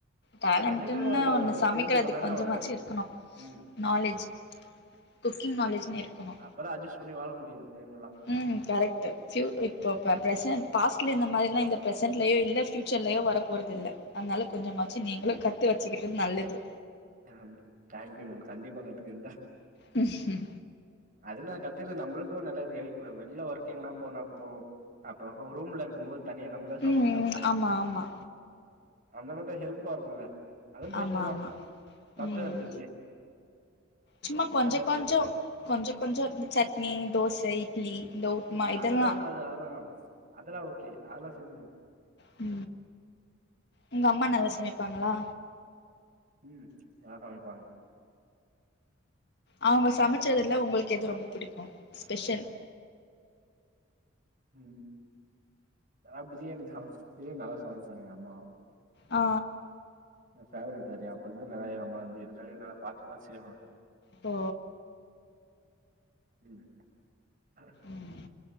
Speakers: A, on the left (about 55°); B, on the right (about 40°).
A: டேலண்டன்னு
B: ரெண்டு பேரு அப்புறோ
A: ஒன்னு சமைக்கதுக்கு
B: சேர்ந்து பண்ணாதா
A: கொஞ்சமாச்சு
B: ஒர்க்கு
A: இருக்கணு
B: ம்
A: நாலேஜ் குக்கிங் நாலேஜ்ன்னே இருக்கணு
B: அப்ப தா அஜஸ் பண்ணி வாழ முடிய இந்த டைம்லலா
A: உ கரெக்ட்டு இப்போ பிரசான் பாஸ்டல இந்த மாதிரிலா இந்த பிரசென்ட்லயோ இல்ல ஃப்பியூச்சர்லேயோ வர போறதில்லை அதுனால கொஞ்சமாச்சு நீங்களு கத்து வச்சுக்கிட்டது நல்லது
B: மேம் தேங்க்யூ மேம் கண்டிப்பா கத்துக்கந்தா
A: ஹம்ம்
B: அதுனா கத்துக்கது நம்மளுக்கு நல்லது ஏ இப்ப வெளில ஒர்க் எங்கன்னா போனா கூடு அப்போ ரூம்ல இருக்கு போது தனியா நம்ம சமைச்சு
A: ம்
B: சாப்டனு
A: ஆமா ஆமா
B: அந்த மாதிரி ஹெல்பா இருக்கும்ல்ல அதுவு பெஸ்ட்
A: ஆமா
B: தா
A: ஆமா
B: பத்து
A: ம்
B: வருதுப்ப
A: சும்மா கொஞ்சோகொஞ்சோ
B: செஞ்சாதான
A: கொஞ்சோ கொஞ்சோ
B: ம்
A: சட்னி தோசை இட்லி இந்த உப்மா
B: ம்
A: இதெல்லா
B: அதெல்லா அது அதெலா அதெல்லா ஓகே அதெல்லா செஞ்சிருவே
A: உ உங்க அம்மா நல்லா சமைப்பாங்களா
B: ம் நல்ல சமைப்பாங்க
A: அவுங்க சமைச்சதுல உங்களுக்கு எது ரொம்ப பிடிக்கு ஸ்பெஷல்
B: உ நல்லா பிரியாணி தா பிரியாணி நல்லா சமைப்பாங்க எங்க அம்மா
A: ஆ
B: பேவரட் வேறையா அப்பருந்து நிறையா அம்மா வந்து எனக்காக நல்ல பாத்து பாத்து செய்வே
A: ஓ
B: ம் அ
A: ம்